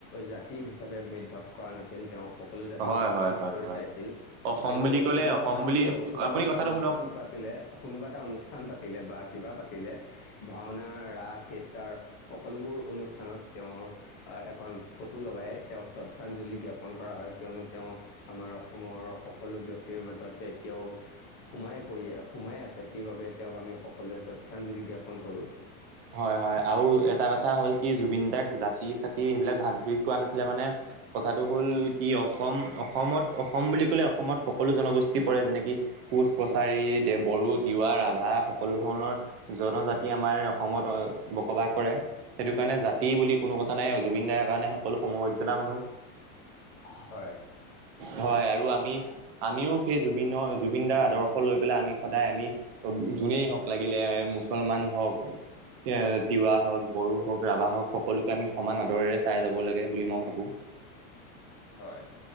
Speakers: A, on the left (about 30°); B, on the right (about 45°).
A: জাতি হিচাপে ভেদ ভাৱ কৰা নাছিল তেওঁ সকলো জাতিকে
B: হয়
A: সমান
B: হয়
A: চকুৰে
B: হয় হয়
A: চাইছিল
B: অসম
A: আৰু
B: বুলি ক'লে
A: কোনোবা
B: অসম
A: এটা
B: বুলি
A: কোনোবা
B: আপুনি
A: এটা
B: কথাটো
A: অনুষ্ঠান
B: শুনক
A: পাতিলে কোনোবা এটা অনুষ্ঠান পাতিলে বা কিবা পা -তিলে ভাওনা ৰাস থিয়েটাৰ সকলোবোৰ অনুষ্ঠানত তেওঁৰ এক - ফটো লগাই তেওঁক শ্ৰদ্ধা- -ঞ্জলি জ্ঞাপন কৰা হয় কিয়নো তেওঁ আমাৰ অসমৰ সকলো ব্যক্তিৰ মাজত এতিয়াও সোমাই পৰি সোমাই আছে সেইবাবে তেওঁক আমি সকলোৱে শ্ৰদ্ধাঞ্জলি জ্ঞাপন কৰো
B: হয় হয় আৰু এটা কথা হ'ল কি জুবিন দাক জাতি চাট টি সেইবিলাক ভাগ ভেদ কৰা নাছিলে মানে কথাটো হ'ল কি অসম অসমত অসম বুলি ক'লে অসমত সকলো জনগোষ্ঠী পৰে যেনেকে কোচ কছাৰী
A: হয়
B: দে বড়ো তিৱা ৰাভা সকলো ধৰণৰ জনজাতি আমাৰ অসমত বসবাস কৰে সেইটো কাৰণে জাতি বুলি কোনো কথা নাই অ জুবিন দাৰ কাৰণে সকলো সমমৰ্যাদা মানুহ
A: হয়
B: হয় আৰু আমি আমিও সেই জুবিনৰ জুবিনদাৰ আদৰ্শ লৈ পেলাই আমি সদায় আমি যোনেই হওঁক লাগিলে মুছলমান হওক এ তিৱা হওক বড়ো হওঁক ৰাভা হওক সকলোকে আমি সমান আদৰেৰে চাই যাব লাগে বুলি মই ভাবো <inaudible>
A: হয়